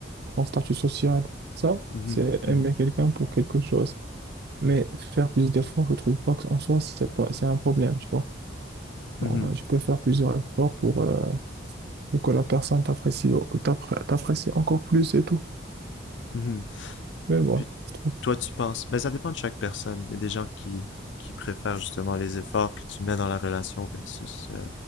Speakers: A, on the right (about 60°); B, on the left (about 65°).
A: ton statut social. Ça,
B: Mhm,
A: c'est
B: mhm,
A: aimer quelqu'un pour quelque chose. Mais faire plus d'efforts, je trouve pas qu'en soi, c'est pas, c'est un problème, tu vois.
B: mhm,
A: Donc, euh, je peux faire plusieurs efforts pour, euh, ou que la personne t'apprécie t'appré- t'apprécie encore plus et tout.
B: mhm.
A: Mais bon,
B: Puis
A: je trouve,
B: Toi, tu penses, mais ça dépend de chaque personne. Il y a des gens qui, qui préfèrent justement les efforts que tu mets dans la relation versus euh,